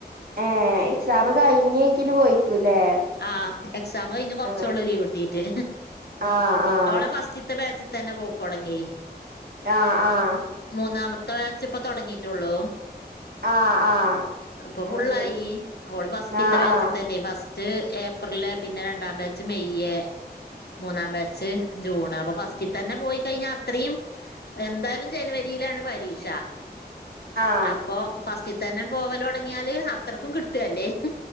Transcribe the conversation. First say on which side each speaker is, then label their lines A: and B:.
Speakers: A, on the right; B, on the left.
A: ഏഹ് എക്സാം കഴിഞ്ഞേക്കിന് പോയിക്കൂല്ലേ.
B: ആഹ് എക്സാം കഴിഞ്ഞ് കൊർച്ചൊള്ളൂ
A: ആഹ്
B: ലീവ് കിട്ടീട്ട്
A: ആഹ് ആഹ്
B: ഓളെ ഫസ്റ്റ് ഫസ്റ്റ്ത്തെ ബാച്ചിത്തന്നെ പോക്കൊട്ങ്ങിയെ
A: ആഹ് ആഹ്
B: മൂന്നാമത്തെ ബേച്ച്പ്പം തൊടങ്ങിട്ടൊള്ളൂ
A: ആഹ് ആഹ്
B: അഹ്പ്പൊ ഫുള്ളായി
A: അത് ശരി
B: ഓള് ഫസ്റ്റിത്തെ
A: ആഹ്
B: ബാച്ചിതന്നെ
A: ആഹ്
B: ഫസ് സ്റ്റ് ഏപ്രില് പിന്നെ രണ്ടാ ബാച്ച് മെയ്യ് മൂന്നാം ബാച്ച് ജൂണാ അപ്പൊ ഫസ്റ്റിത്തന്നെ പോയി കഴിഞ്ഞാ അത്രീം എന്തായാലും ജനുവരിയിലാണ് പരീക്ഷ
A: ആഹ്
B: അപ്പൊ ഫസ്റ്റിത്തന്നെ പോവലൊട്ങ്ങിയാല് അത്രക്കും കിട്ടെല്ലെ?